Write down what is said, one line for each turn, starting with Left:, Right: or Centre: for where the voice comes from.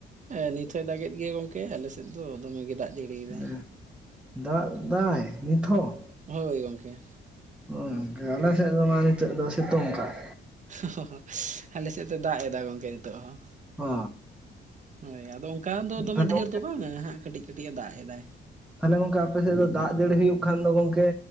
Right: ᱦᱮᱸ, ᱱᱤᱛ ᱦᱚᱸᱭ ᱫᱟᱜᱮᱫ ᱜᱮᱭᱟ ᱜᱚᱝᱠᱮ, ᱟᱞᱮ ᱥᱮᱫ ᱫᱚ ᱫᱚᱢᱮ ᱜᱮ ᱫᱟᱜ ᱡᱟᱹᱲᱤᱭᱮᱫᱟᱭ᱾
Centre: ᱦᱮᱸ, ᱫᱟᱜ ᱫᱟᱭ ᱱᱤᱛᱚ ᱦᱚᱸ?
Right: ᱦᱳᱭ ᱜᱚᱝᱠᱮ᱾
Centre: ᱦᱳᱭ ᱜᱚᱝᱠᱮ ᱟᱞᱮ ᱥᱮᱫ ᱫᱚ ᱢᱟ ᱱᱤᱛᱚᱜ ᱫᱚ ᱥᱤᱛᱩᱝ ᱠᱟᱜ᱾
Right: <unintelligible> ᱟᱞᱮ ᱥᱮᱫ ᱫᱚ ᱫᱟᱜ ᱮᱫᱟ ᱜᱚᱝᱠᱮ ᱱᱤᱛᱚᱜ ᱦᱚᱸ᱾
Centre: ᱚ
Right: ᱦᱳᱭ, ᱟᱫᱚ ᱚᱝᱠᱟ ᱫᱚ ᱫᱚᱢᱮ
Centre: ᱛᱟᱦᱞᱮ
Right: ᱰᱷᱮᱨ
Centre: ᱜᱚᱝᱠᱮ
Right: ᱫᱚ ᱵᱟᱝᱟ ᱦᱟᱸᱜ ᱠᱟᱹᱴᱤᱡ ᱠᱟᱹᱴᱤᱡ ᱮ ᱫᱟᱜ ᱮᱫᱟᱭ᱾
Centre: ᱛᱟᱦᱞᱮ ᱜᱚᱝᱠᱮ, ᱟᱯᱮ ᱥᱮᱫ ᱫᱚ ᱫᱟᱜ ᱡᱟᱹᱲᱤ ᱦᱩᱭᱩᱜ ᱠᱷᱟᱱ ᱫᱚ ᱜᱚᱝᱠᱮ